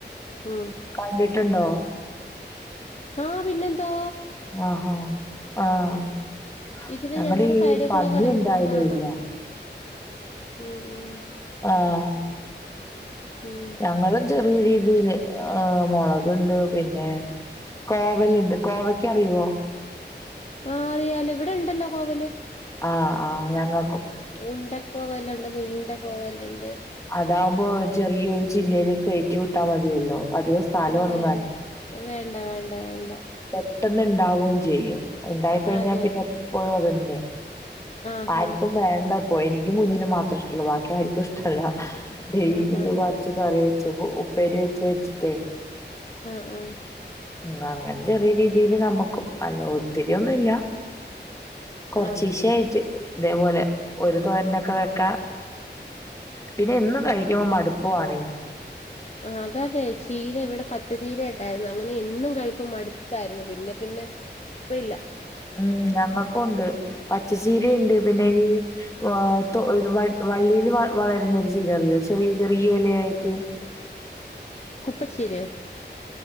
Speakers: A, on the left; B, on the left.
A: ആഹ്
B: കണ്ടിട്ടുണ്ടോ
A: ആഹ് പിന്നെന്താ
B: ആഹ ആഹ്
A: ഇതില്
B: ഞങ്ങടെ
A: ഞങ്ങളുടെ
B: ഈ
A: സൈഡേ
B: പന്നി
A: കൂടെക്കെ ഇറങ്ങി
B: എന്തായാലും
A: പോവുന്നത് കാണ
B: ഇല്ല.
A: ഉം ഉം
B: ആഹ്
A: ഉം
B: ഞങ്ങളും ചെറിയ രീതിൽ മുളകുണ്ട് പിന്നെ കോവലുണ്ട് കോവയ്ക്ക അറിയുവോ
A: ആഹ് അറിയാലോ ഇവിടെ ഉണ്ടല്ലോ കോവല്
B: ആഹ് ആഹ് ഞങ്ങ
A: ഉണ്ടക്കോവലുണ്ട് നീണ്ട കോവലുണ്ട്
B: അതാവുമ്പോ ചെറിയൊരു ചില്ലയിലേക്ക് കയറ്റി വിട്ടാൽ മതിയല്ലോ അധികം സ്ഥലൊന്നും
A: അതെ അതെ വേണ്ട വേണ്ട വേണ്ട
B: പെട്ടെന്ന് ഇണ്ടാവയും ചെയ്യും ഉണ്ടായി കഴിഞ്ഞാ
A: അതെ
B: പിന്നെ എപ്പോഴും അതന്നെ
A: ആഹ്
B: ആരിക്കും വേണ്ടപ്പോ എനിക്കും കുഞ്ഞിന് മാത്രം ഇഷ്ടള്ളു ബാക്കി ആരിക്കും ഇഷ്ടമല്ല ഡെയിലി
A: ആഹ് ആഹ്
B: ഇത് പറിച്ച് കറി വെച്ച് ഉപ്പേരി വെച്ച് വെച്ചിട്ടേ
A: ആഹ് ആഹ്
B: ഉം അങ്ങനെ ചെറിയ രീതിൽ നമ്മുക്കും അല്ല ഒത്തിരി ഒന്നുല്ല കൊറചീശെ
A: ആഹ്
B: ആയിട്ട് ഇതേപോലെ ഒരു തോരനൊക്കെ വെക്കാ പിന്നെ എന്നും കഴി മടുപ്പവാണെ
A: ആഹ അതതെ ചീര ഇവിടെ പച്ച ചീര ഉണ്ടായിരുന്നു അങ്ങനെ എന്നും കഴുപ്പും മടുത്തായിരുന്നു പിന്നെ പിന്നെ ഇപ്പൊല്ല
B: ഉം ഞങ്ങൾക്കുണ്ട് പച്ചച്ചീര ഉണ്ട് പിന്നെ ഈ അഹ തൊ വള്ള വള്ളിയിൽ വളരുന്നൊരു ചീര അറിയോ ചെറിയ ചെറിയ ഇലയായിട്ട്
A: കുപ്പച്ചീരിയോ